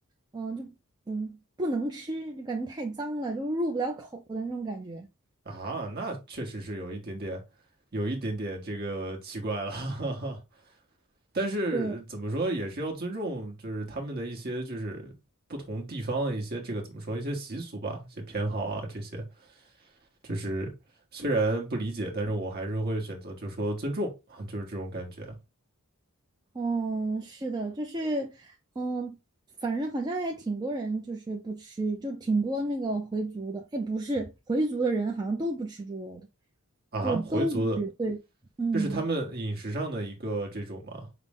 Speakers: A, on the right; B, on the right.
A: 嗯，就不不能吃，就感觉太脏了，就入不了口的那种感觉。
B: 啊，那确实是有一点点，有一点点这个奇怪了。<laughs> 但是怎么说，
A: 对，
B: 也是要尊重，就是他们的一些就是不同地方的一些这个怎么说一些习俗吧，一些偏好啊这些，就是虽然不理解，但是我还是会选择就是说尊重啊，就是这种感觉
A: 嗯，是的，就是，嗯，反正好像也挺多人就是不吃，就挺多那个回族的，哎，不是，回族的人好像都不吃猪肉的，
B: 啊。
A: 就是都不吃，
B: 回族的，
A: 对，嗯，
B: 这是他们饮食上的一个这种吗？